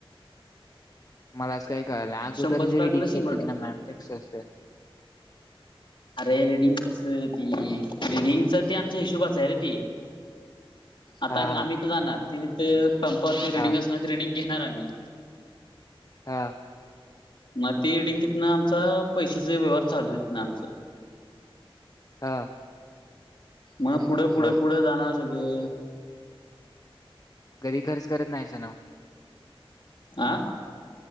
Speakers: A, on the left; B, on the left.
A: मला असं काही कळालंय अगोदर
B: शंभरच
A: जे
B: टाक
A: रिडिंग
B: म्हणलं
A: घेतेत
B: शंभर टाक.
A: ना मॅम ते कस असत
B: अरे रीडिंग कस आहे ती रीडिंगच त आमच्या हिशोबाच आहे रे ती आता
A: हा,
B: आम्ही इथ जाणार त तिथे पंपावरती
A: हा,
B: रिडिंग असणार ते रिडिंग घेणार आम्ही
A: हा
B: मग तेी रिडिंग तिथनं आमचा पैशाचा व्यवहार चालू तथनं आमचं
A: हा
B: मग पुढे पुढे
A: मग
B: पुढे जाणार सगळे
A: कधी खर्च करत नाहीच ना
B: आं